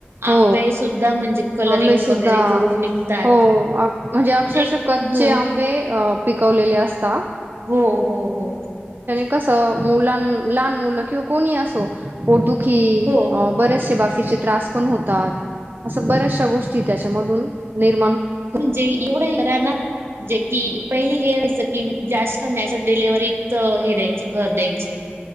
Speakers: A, on the right; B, on the right.
A: हो,
B: आंबे सुद्धा म्हणजे कलरिंग
A: आंबे सुद्धा
B: वगैरे करून निघतात
A: हो म्हणजे अक्षरशः
B: एक
A: कच्चे
B: हो
A: आंबे अ पिकवलेले असता
B: हो हो हो.
A: कस मुलां लहान मुलं किंवा कोणी असो पोट दु खी
B: हो
A: बरेचसे बाकी कीचे त्रास पण होतात. असं बऱ्याचशा गोष्टी त्याचा मधून निर्
B: म्हणजे एवढं खरं आहे ना जेकी पहिले हे व्हायचं की जास्त नॅचर डिलव्हरी तिथ हे द्यायचे ते भर द्यायचे